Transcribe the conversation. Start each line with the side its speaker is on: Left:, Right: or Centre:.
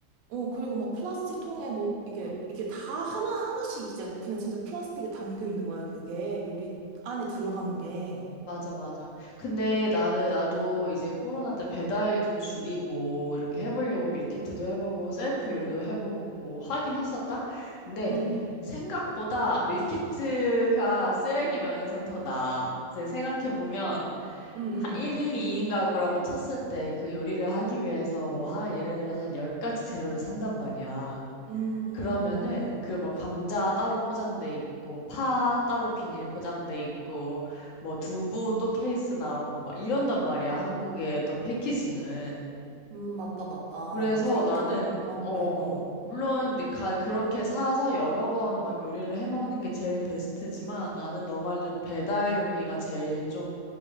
Right: 어, 그리고 막 플라스틱 통에 뭐, 이게, 이게 다 하나하나씩 이제 그냥 진짜 플라스틱에 담겨 있는 거야, 그게. 요리 안에 들어가는 게.
Left: 맞아, 맞아. 근데 나는, 나도 이제 코로나 때 배달 좀 줄이고, 이렇게 해보려고 밀키트도 해보고, 셀프 요리도 해보고, 뭐 하긴 했었다? 근데
Right: 응,
Left: 생각보다 밀키트가 쓰레기 면에선 더 나아. 이제 생각해보면,
Right: 응,
Left: 하- 1,
Right: 응.
Left: 2인 가구라고 쳤을 때 그 요리를 하기 위해서 뭐, 하, 예를 들어서 한 10가지 재료를 산단 말이야.
Right: 응, 응,
Left: 그러면은
Right: 응.
Left: 그 뭐 감자 따로 포장돼 있고 파 따로 비닐 포장돼 있고 뭐 두부 또 케이스 나오고 막 이런단 말이야 한국의 어떤 패키징은
Right: 음, 맞다, 맞다.
Left: 그래서
Right: 야, 생각해보니까,
Left: 나는 어
Right: 그래, 어.
Left: 물론 이제 가 그렇게 사서 여러 번 막 요리를 해 먹는 게 제일 베스트지만 나는 너 말대로 배달 용기가 제일 좀